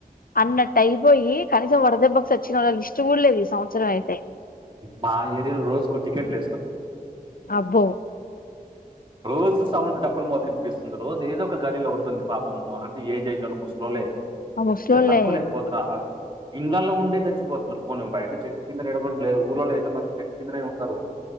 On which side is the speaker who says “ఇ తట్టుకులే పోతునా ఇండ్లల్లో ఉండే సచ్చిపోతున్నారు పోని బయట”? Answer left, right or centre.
Right